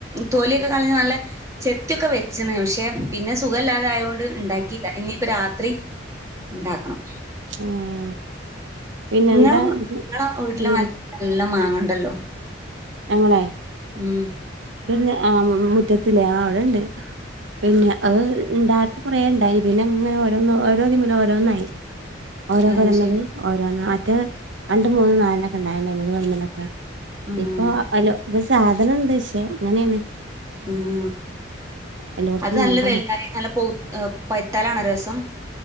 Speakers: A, on the right; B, on the right.
A: തോലിയൊക്കെ കളഞ്ഞ് നല്ല ചെത്തിയൊക്കെ വെച്ചന്ന് പക്ഷെ പിന്നെ സുഖ ഇല്ലാതെ ആയൊണ്ട് ഉണ്ടാക്കിയില്ല ഇനിയിപ്പ രാത്രി ഉണ്ടാക്കണം
B: ഉം പിന്നെന്താ
A: നിങ്ങളെ നിങ്ങളെ വീട്ടിലെ
B: ഊര്
A: മരത്തിലെല്ലാം മാങ്ങണ്ടല്ലോ.
B: ഞങ്ങളെ
A: ഉം.
B: ഇന്ന് ആഹ് മുറ്റത്തില്ലേ ആഹ് അവിടെണ്ട് പിന്നെ അത് ഇണ്ടായപ്പോൾ കുറെ ഉണ്ടായി പിന്നെ അങ്ങനെ ഓരോന്ന് ഒരോന്നിങ്ങനെ ഓരോന്നായി ഓരോ
A: ആഹ്
B: കൊലമലും
A: ശരി
B: ഓരോന്നെ മറ്റേ രണ്ട് മൂന്ന നാല <unintelligible>
A: ആഹ്
B: അപ്പൊ ഹലോ ഇപ്പൊ സാധനണ്ട് പക്ഷേ ഇങ്ങനെണ്
A: ഉം
B: എല്ലോടത്തും
A: അത് നല്ല
B: ഉണ്ട
A: വലുതായി നല്ല പ പൈത്താലണ രസം